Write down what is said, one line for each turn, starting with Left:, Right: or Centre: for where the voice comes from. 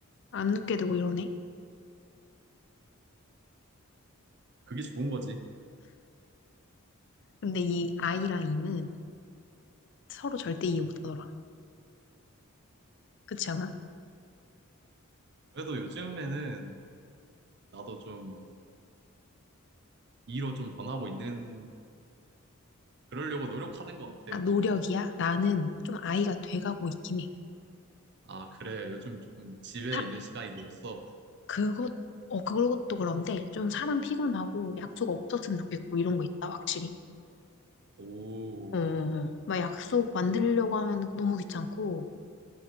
Left: 안 눕게 되고 이러네.
Right: 그게 좋은 거지.
Left: 근데 이 아이랑 이는 서로 절대 이해 못하더라. 그렇지 않아?
Right: 그래도 요즘에는 나도 좀 이로 좀 변하고 있는, 그러려고 노력하는 것 같아.
Left: 아, 노력이야? 나는 좀 아이가 돼가고 있긴 해.
Right: 아, 그래. 요즘 좀 집에
Left: 사-
Right: 있는 시간이 늘었어.
Left: 그것, 어, 그것도 그런데 좀 사람 피곤하고 약속 없었으면 좋겠고 이런 거 있다, 확실히.
Right: 오,
Left: 어, 어, 어. 막 약속 만들려고 하면 너무 귀찮고